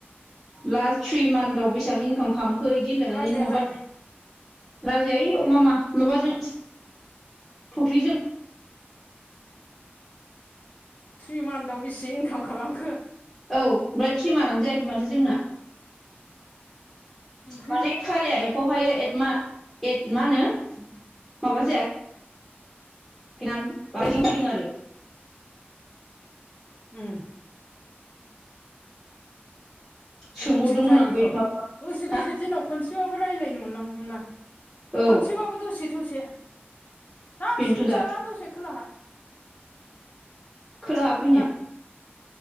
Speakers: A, in the centre; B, on the left.
A: लास्ट थ्रि मान्थआव बेसेबां इनकाम खालामखो बिदि होन लायनानै
B: राजायालाय
A: नङाबा राजै इ मामा माबाजों थख्लिजों
B: थ्रि मान्थआव बेसे इनकाम खालामखो
A: औ ओमफ्राय थ्रि मानानो जायाखै माथो जोंना
B: उमहो
A: माने खारिया एफावहाय ए मा मा होनो माबा जाया <unintelligible> आरो
B: उम
A: सोंहरदोंमोन
B: एक्टिभ थायिखौ
A: आं बै माबा
B: दसे
A: हा
B: दसे दिनाव खनसेबाबो रायज्लायनो मोननांगौमोना
A: औ
B: खनसेबाबो दसे दसे थाब
A: बेन्थ'
B: स्कुटियाला
A: दा
B: दसे खोलाहा
A: खोना
B: सरमेला
A: फैनो